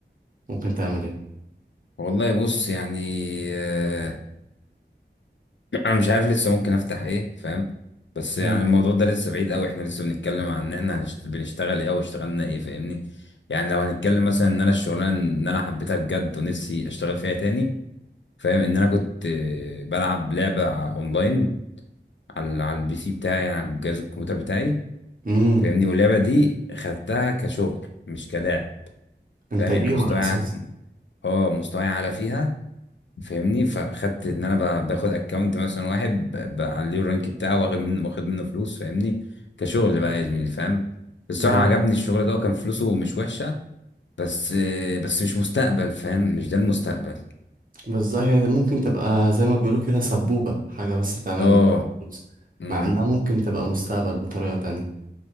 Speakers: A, on the right; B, on the left.
A: ممكن تعمل
B: والله بص يعني آه، انا مش عارف لسه ممكن افتح ايه فاهم بس يعني
A: ايه
B: الموضوع ده لسه بعيد قوي احنا لسه بنتكلم عن ان احنا هنشت... بنشتغل ايه او اشتغلنا ايه فاهمني يعني لو هنتكلم مثلا ان انا الشغلانه ان انا حبيتها بجد ونفسي اشتغل فيها تاني فاهم ان انا كنت آه، بلعب لعبه ع- اونلاين على على البي سي بتاعي يعني على جهاز الكمبيوتر بتاعي
A: امم
B: فاهمني واللعبه دي خدتها كشغل مش كلاعب
A: انت
B: فاهم
A: جيمر
B: يعني مستواي
A: اساسا
B: ع- اه مستواي اعلى فيها فاهمني فاخدت ان انا ب- باخد اكونت مثلا واحد ب- بعليه الرانك بتاعه واخد منه واخد منه فلوس فاهمني كشغل بقى يا زميلي فاهم الصراحه
A: ده
B: عجبني الشغل ده وكان فلوسه مش وحشه بس بس مش مستقبل فاهم مش ده المستقبل
A: بالظبط هي ممكن تبقى زي ما بيقولوا كده سبوبة حاجة بس تعمل
B: اه
A: منها فلوس
B: امم
A: مع انها ممكن تبقى مستقبل بطريقة تانية